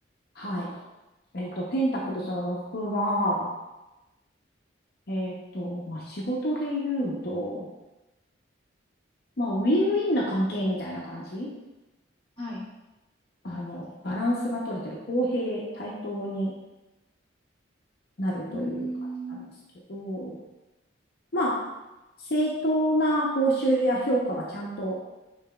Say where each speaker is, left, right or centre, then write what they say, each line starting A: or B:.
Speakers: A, on the left (about 50°); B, on the left (about 25°).
A: はい。えっと、ペンタクルズの6は、えっと、まあ、仕事で言うと、まあ、ウィンウィンな関係みたいな感じ
B: はい。
A: あの、バランスが取れてる公平、対等になるという感じなんですけど、
B: うーん。
A: まあ、正当な報酬や評価がちゃんと